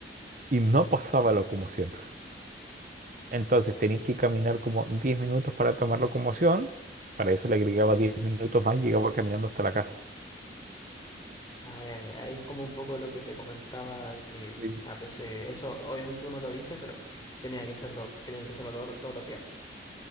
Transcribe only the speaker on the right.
y no pasaba locomoción. Entonces tenías que caminar como 10 minutos para tomar locomoción. Para eso le agregaba 10 minutos más y llegaba caminando hasta la casa.
Sí.